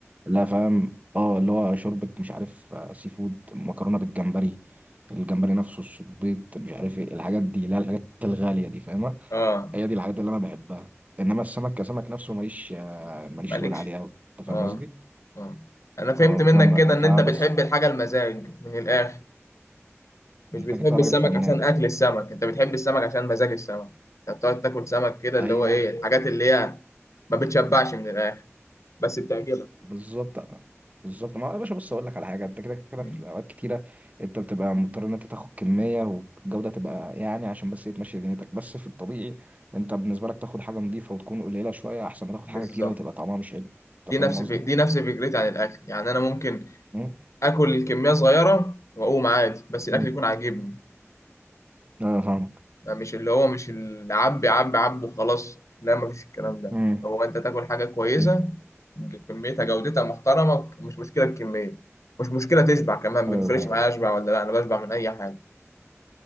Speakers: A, on the right; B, on the left.
A: لا فاهم اه اللي هو شوربة مش عارف آه، سي فود مكرونة بالجمبري الجمبري نفسه الصبيط مش عارف ايه الحاجات دي لا الحاجات الغالية دي فاهمة
B: اه
A: هي دي الحاجات اللي انا بحبها انما السمك كسمك نفسه ماليش آه، ماليش
B: مالكش
A: تقول عليه قوي انت فاهم
B: اه
A: قصدي
B: اه انا فهمت
A: اه
B: منك
A: فأنا-
B: كده ان
A: فبس
B: انت بتحب الحاجه المزاج من الاخر مش
A: انت
B: بتحب
A: كده راجل
B: السمك
A: فنان
B: عشان اكل السمك انت بتحب السمك عشان مزاج السمك انت بتقعد تاكل سمك كده اللي
A: ايوه
B: هو ايه الحاجات اللي هي ما بتشبعش من الاخر بس بتعجبك
A: بالظبط بالظبط ما هو يا باشا بص اقول لك على حاجه انت كده كده
B: مم.
A: في اوقات كتيره انت بتبقى مضطر ان انت تاخد كميه والجوده تبقى يعني عشان بس ايه تمشي دنيتك بس في الطبيعي انت بالنسبه لك تاخد حاجه نظيفه وتكون قليله شويه احسن ما تاخد
B: بالظبط
A: حاجه كتيره وتبقى طعمها مش حلو انت
B: دي
A: فاهم
B: نفس
A: قصدي؟
B: فك... دي نفس فكرتي عن الاكل يعني انا ممكن
A: مم.
B: اكل كميه صغيره واقوم عادي بس الاكل
A: مم.
B: يكون عاجبني
A: ايوه فاهمك
B: يعني مش اللي هو مش اللي عبي عبي عبي وخلاص لا مفيش الكلام ده
A: مم.
B: هو انت تاكل حاجه كويسه
A: مم.
B: كميتها جودتها محترمه مش مشكله الكميه مش مشكله تشبع كمان ما
A: ايوه
B: بيفرقش
A: فاهم
B: معايا اشبع ولا لا انا بشبع من اي حاجه